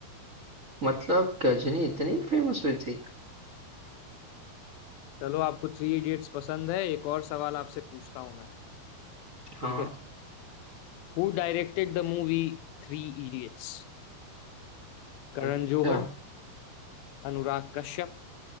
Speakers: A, on the right; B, on the left.
A: मतलब गजनी इतनी फेमस हुई थी
B: चलो आपको थ्री इडियट्स पसंद है एक और सवाल आपसे पूछता हूं मैं
A: हाँ
B: ठीक है Who directed the movie three idiots Karan
A: अच्छा
B: Johar Anurag Kashyap